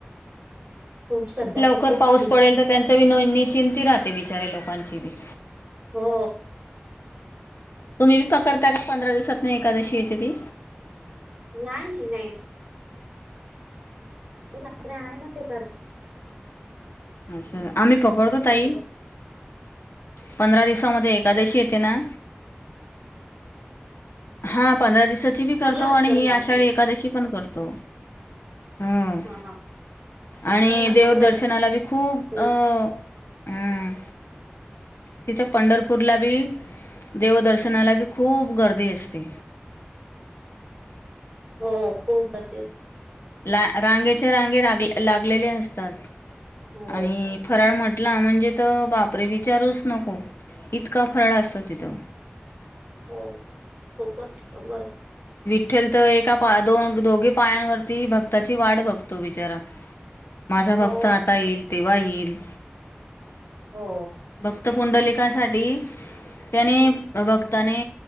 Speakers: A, on the right; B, on the left.
A: खूप सध्या
B: लवकर
A: तर खूप
B: पाऊस
A: हल
B: पडेल तर त्यांच बी न निचिंती राहते बिचारे लोकांची बी
A: हो
B: तुम्ही बी पकडता का पंधरा दिवसात नाही एकादशी येते ती
A: नाही नाही नाही ूाते आहे ना ते कर
B: असं आम्ही पकडतो ताई पंधरा दिवस म एकादशी येते ना हा पंधरा दिवसाची बी
A: चांगलं
B: करतो
A: असतं
B: आणि ही
A: ना
B: आषाढी
A: केले
B: एखकादशी पण करतो हो
A: हा हा अच्छा
B: आणि
A: ना
B: देवदर्शनाला
A: चांगलं आहे
B: बी खूप
A: ना
B: अं हम तिथं पंढरपूरला बी देवदर्शनाला बी खूप गर्दी ते
A: हो खूप म
B: ला रांगेचे रांगेग लागलेले असतात
A: हो
B: आणि फराळ म्हट टला म्हणजे तर बापरे विचारूच नको इतका फराळ असतो तिथं
A: हो खपच ख बर
B: उठेल तर एका दोन दोघी पायांवरती भक्ताची वाट बघतो बिचारा माझा भक्त
A: हो
B: आता येईल तेव्हा येईल
A: हो
B: भक्त पुुंडलखासाठी त्यानेत
A: हं,
B: भक्ताने